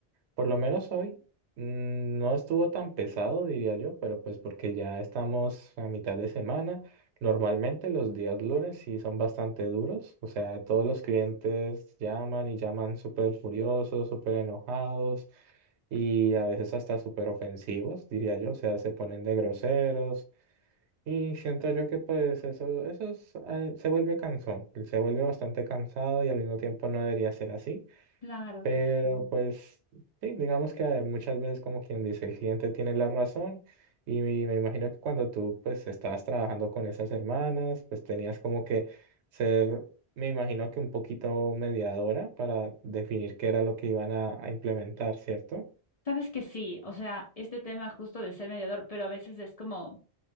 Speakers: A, on the right; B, on the left.
A: Por lo menos hoy mm, no estuvo tan pesado, diría yo, pero pues porque ya estamos a mitad de semana. Normalmente los días lunes sí son bastante duros, o sea, todos los clientes llaman y llaman súper furiosos, súper enojados y a veces hasta súper ofensivos, diría yo, o sea, se ponen de groseros y siento yo que pues eso, eso es, eh, se vuelve cansón, se vuelve bastante cansado y al mismo tiempo no debería ser así.
B: claro
A: Pero
B: que sí.
A: pues sí, digamos que muchas veces como quien dice, el cliente tiene la razón y me me imagino que cuando tú pues estabas trabajando con esas hermanas, pues tenías como que ser, me imagino que un poquito mediadora para definir qué era lo que iban a, a implementar, ¿cierto?
B: Sabes que sí, o sea, este tema justo de ser mediador, pero a veces es como,